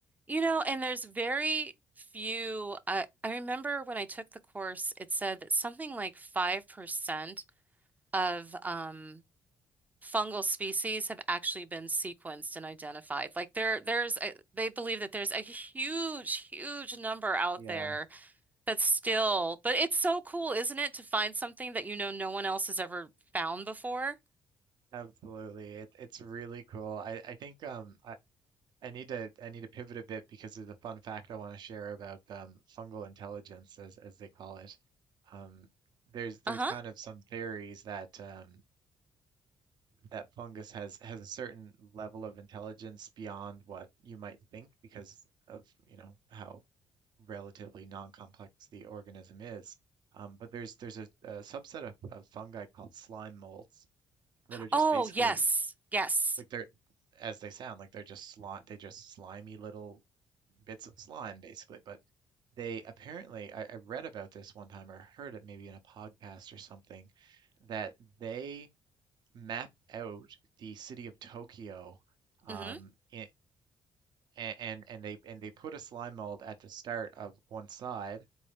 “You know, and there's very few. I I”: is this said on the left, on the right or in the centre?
Right